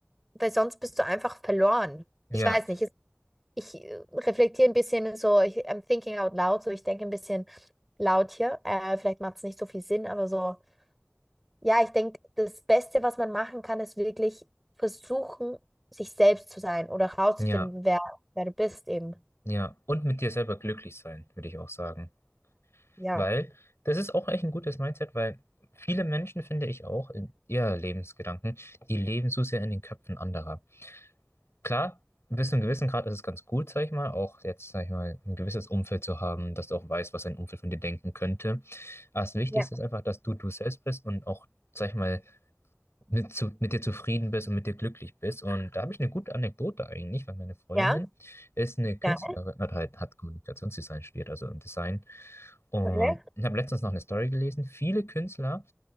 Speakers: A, in the centre; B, on the left.
A: weil sonst bist du einfach verloren.
B: Ja.
A: Ich weiß nicht, es- ich äh, reflektiere ein bisschen so, ich, I'm thinking out loud, so ich denke ein bisschen laut hier. Äh, vielleicht macht es nicht so viel Sinn, aber so. Ja, ich denke, das Beste, was man machen kann, ist wirklich versuchen, sich selbst zu sein oder herauszufinden,
B: Ja,
A: wer, wer du bist eben.
B: ja. Und mit dir selber glücklich sein, würde ich auch sagen.
A: Ja.
B: Weil das ist auch echt ein gutes Mindset, weil viele Menschen, finde ich auch, in ihr Lebensgedanken, die leben so sehr in den Köpfen anderer. Klar, bis zu einem gewissen Grad ist es ganz gut, sag ich mal, auch jetzt, sag ich mal, ein gewisses Umfeld zu haben, dass du auch weißt, was dein Umfeld von dir denken könnte. Aber das Wichtigste
A: Ja,
B: ist einfach, dass du du selbst bist und auch, sag ich mal, mit, zu, mit dir zufrieden bist und mit dir glücklich bist. Und da habe ich eine gute Anekdote eigentlich, weil meine Freundin
A: ja,
B: ist eine Künstlerin,
A: ja,
B: hat halt, hat Kommunikationsdesign studiert, also im Design. Und
A: Okay.
B: ich habe letztens noch eine Story gelesen. Viele Künstler,